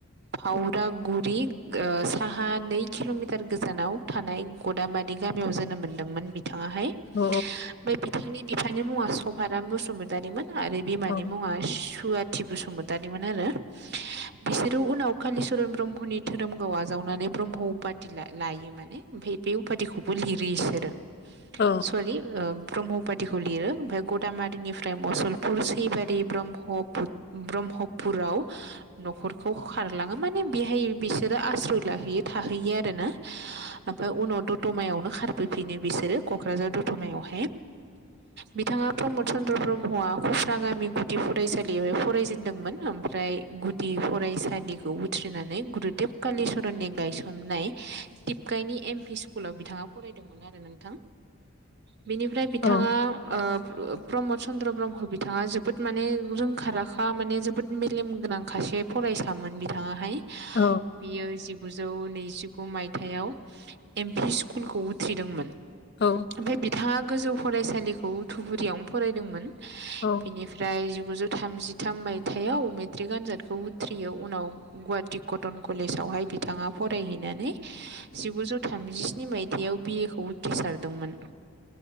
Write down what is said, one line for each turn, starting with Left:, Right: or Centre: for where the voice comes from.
Right: फावरागुरि ओ साहा नै खिल'मिटार गोजानाव थानो- नाय गदामादि गामियाव जोनोम मोनदोंमोन बि- बिथाङाहाय ओमफाय
Left: औ
Right: बिथांनि बिफानि मुङा सभाराम बसुमतारिमोन। आरो बिमानि
Left: औ
Right: मुङा सुवाथि बसुमतारिमोन आरो- बिसोरो उनाव कालिच'रन ब्रह्मनि धोरोम गाव आजावनानै ब्रह्म उपाटि ला-लायो माने ओमफाय- बे उपातिखौबो लिरो इसोरो
Left: औ
Right: सरि ओ ब्रह्म- उपातिखौ लिरो ओमफाय गदामादिनिफ्राय मसलपुर सैबारि ब्रह्मपुत ब्रह्मपुराव- न'खरखौ खारलाङो माने बेहाय बेसोरो आस्रय लाहैयो थाहैयो आरो ना। ओमफाय उनाव दथमायावनो खारबोफिनो बिसोरो क'क्राझार दथमायावहाय। बिथाङा प्रमद चन्द्र ब्रह्मआ उफ्रागामि गुदि फरायसालियावहाय फरायजेनदोंमोन ओमफ्राय- गुदि फरायसालिखौ उथ्रिनानै गुरुदेब कालिचरननि गायसननाय- टिपकाइनि एम पि स्कुलाव बिथाङा फरायदोंमोन आरो नोंथां। बिनिफ्राय बिथाङा
Left: औ
Right: ओम- ओ प्रमद चन्द्र'ब्रह्म बिथाङा जोबोद माने रोंखा-राखा माने जोबोद मेलेम गोनां। खासे फरायसामोन बिथाङाहाय
Left: औ
Right: बियो जिगुजौ नैजि- जिगु मायथाइआव एम पि स्कुलखौ उथ्रिदोंमोन।
Left: औ
Right: ओमफाय बिथाङा गोजौ फरायसालिखौ धुबुरियावनो फरायदोंमोन।
Left: औ
Right: बिनिफ्राय जिगुजौ थामजिथाम मायथाइयाव मेट्रिक आनजाद। खौ उथ्रियो उनाव गुवाहाटि कटन कलेजावहाय बिथाङा फरायहैनानै- जिगुजौ थामजिस्नि मायथायाव बि ए खौ उथ्रिसारदोंमोन।